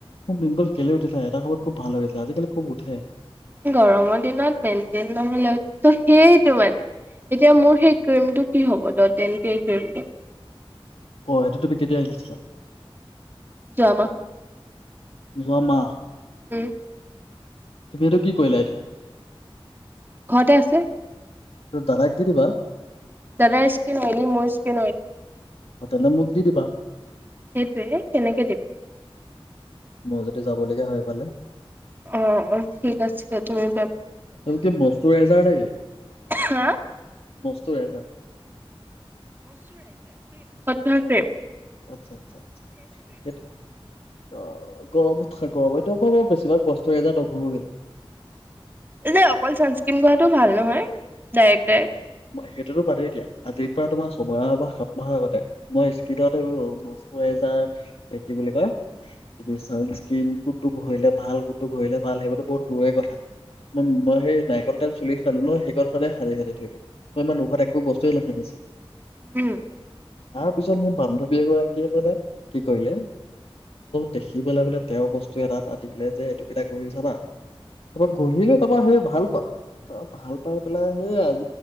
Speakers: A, on the left; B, on the right.
A: মোৰ পিম্পল কেলে উঠি থাকে এটা সময়ত খুব ভাল হৈ গৈছিলে। আজিকালি খুব উঠে।
B: গৰমৰ দিনত মেইনটেইন নহলে ত সেইটো মানে, এতিয়া মোৰ সেই ক্ৰীমটো কি হ'ব ডট এন কিৰ স্ক্ৰীমটো
A: অ', সেইটো তুমি কেতিয়া আনিছিলা।
B: যোৱা মাহত
A: যোৱা মাহ
B: উ'ম
A: তুমি সেইটো কি কৰিলা এতিয়া
B: ঘৰতে আছে।
A: ত দাদাক দি দিবা।
B: দাদাৰ স্কিন অইলী মোৰ স্কিন অইলী
A: অ', তেলে মোক দি দিবা।
B: সেইটোয়ে কেনেকে দিম।
A: মই যদি যাবলগীয়া হয় এইফালে
B: অ', অ', ঠিক আছে তুমি ব
A: সেইটো কি মস্তুো ৰাইজাৰ নেকি?
B: হা
A: মস্তে ৰাইজাৰ
B: নহয় স্ক্ৰীম।
A: আচ্ছা, আচ্ছা, আচ্ছা সেইটো অ গৰম গৰমেইতো ব বেছিভাগ কষ্ট হৈ যায় ত
B: যে অকল চানস্ক্ৰণ গোৱাটো ভাল নহয়। Direct direct.
A: সেইটো বাদে দিয়া। আজিৰ পৰা তোমাৰ ছমাহ বা সাত মাহৰ আগতে মই স্কিনত এইবোৰ মজাৰ কি বুলি কয় তুি চানস্কিন গোটো ঘৰিলে ভাল গোডটো ঘৰিলে ভাল সেইবোৰো বহুত দূৰে কথা মই মই সেই নাৰিকল তোইল চুলি খালো ন সেইখনত সদে সাৰি সাৰি তই ইমান মু উখ একো বস্তুৱে ল কিনিছিলে।
B: উম
A: তাৰ পিছত মোৰ বান্ধৱী এগৰাকীয়ে মানে কি কৰিলে দেখি পেলাই মানে তেওঁ বস্তু এটা এটা দি দিলে যে এইটো কেইটা ঘিৰ চাবা তাৰপৰা গিৰিলৈ তাৰাপৰা সেই ভাল পালো ত ভাল পাই পেলাই সেই আজ